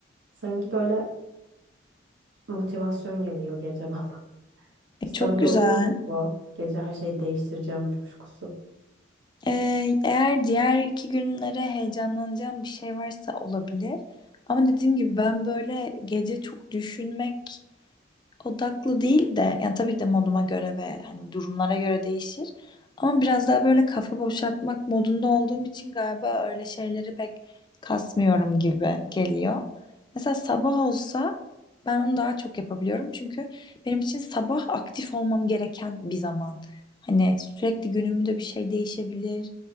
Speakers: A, on the right; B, on the left.
A: Sanki böyle motivasyon geliyor gece bana. <laughs> Sana
B: e, çok güzel.
A: da oluyor mu bu? Gece her şeyi değiştireceğim coşkusu.
B: E, eğer diğer iki günlere heyecanlanacağım bir şey varsa olabilir. Ama dediğim gibi ben böyle gece çok düşünmek odaklı değil de yani tabii ki de moduma göre ve hani durumlara göre değişir. Ama biraz daha böyle kafa boşaltmak modunda olduğum için galiba öyle şeyleri pek kasmıyorum gibi geliyor. Mesela sabah olsa ben onu daha çok yapabiliyorum. Çünkü benim için sabah aktif olmam gereken bir zaman. Hani sürekli günümde bir şey değişebilir.